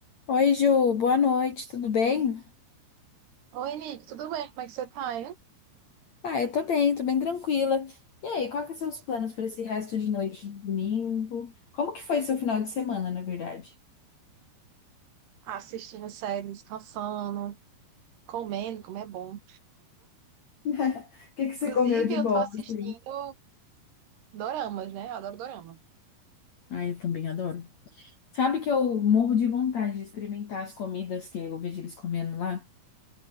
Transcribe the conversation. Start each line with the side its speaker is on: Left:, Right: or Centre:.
Left: Oi, Ju, boa noite, tudo bem?
Right: Oi, Nick, tudo bem? Como é que você tá, hein?
Left: Ah, eu tô bem, tô bem tranquila. E aí, qual que são os planos para esse resto de noite de domingo? Como que foi seu final de semana, na verdade?
Right: Assistindo série, descansando, comendo, como é bom.
Left: <laughs> O que que você
Right: Inclusive,
Left: comeu de
Right: eu
Left: bom,
Right: tô assistindo
Left: assim?
Right: doramas, né? Eu adoro dorama.
Left: Ah, eu também adoro. Sabe que eu morro de vontade de experimentar as comidas que eu vejo eles comendo lá?